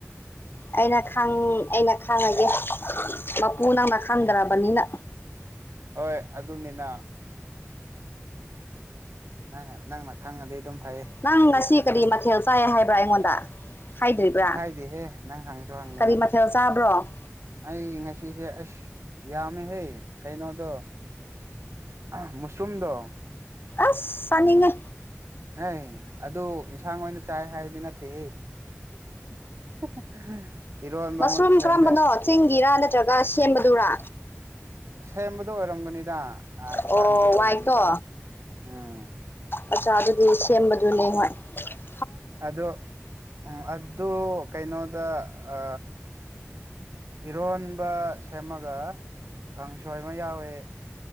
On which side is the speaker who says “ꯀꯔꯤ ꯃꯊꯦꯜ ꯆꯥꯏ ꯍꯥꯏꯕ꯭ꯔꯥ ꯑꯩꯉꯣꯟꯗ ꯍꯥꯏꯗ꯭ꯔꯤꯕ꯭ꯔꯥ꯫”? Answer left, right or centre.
Left